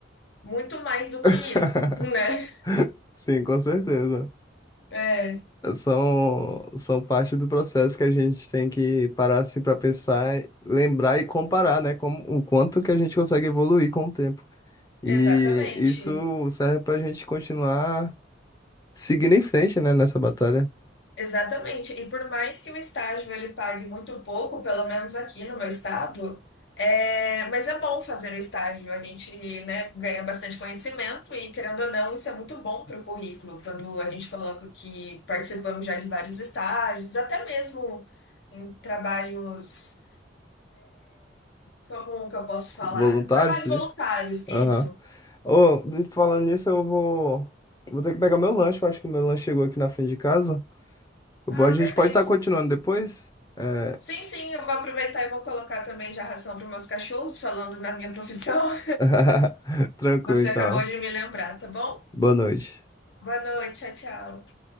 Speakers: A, on the left; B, on the left.
A: muito mais do que
B: <laughs>
A: isso, né?
B: Sim, com certeza.
A: É,
B: São, são parte do processo que a gente tem que parar assim para pensar, lembrar e comparar, né? Com o quanto que a gente consegue evoluir com o tempo. E
A: exatamente.
B: isso serve para a gente continuar seguindo em frente, né? Nessa batalha.
A: Exatamente. E por mais que o estágio ele pague muito pouco, pelo menos aqui no meu estado, é... mas é bom fazer o estágio. A gente, né, ganha bastante conhecimento e, querendo ou não, isso é muito bom para o currículo, quando a gente coloca que participamos já de vários estágios, até mesmo em trabalhos, como que eu posso falar?
B: Voluntários,
A: Trabalhos
B: tu
A: voluntários,
B: disse? Aham.
A: isso.
B: Ô, de- falando nisso, eu vou, vou ter que pegar meu lanche. Eu acho que meu lanche chegou aqui na frente de casa. Bom,
A: Ah,
B: A gente
A: perfeito.
B: pode estar continuando depois? É...
A: Sim, sim, eu vou aproveitar e vou colocar também já ração para meus cachorros, falando na minha profissão. <laughs>
B: <laughs> Tranquilo,
A: Você
B: então.
A: acabou de me lembrar, tá bom?
B: Boa noite.
A: Boa noite, tchau, tchau.